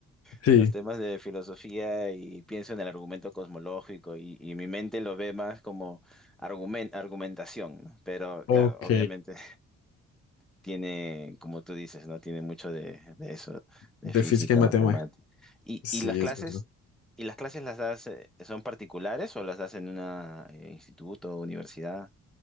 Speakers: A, on the left; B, in the centre.
A: Sí,
B: en los temas de filosofía y pienso en el argumento cosmológico y, y mi mente lo ve más como argumen- argumentación, ¿no? Pero
A: ok,
B: claro, obviamente tiene, como tú dices, ¿no? Tiene mucho de, de eso, de
A: de
B: física,
A: física y matemática.
B: matemática. ¿Y,
A: Sí,
B: y las clases,
A: es verdad.
B: y las clases las das, eh, son particulares o las das en un instituto o universidad?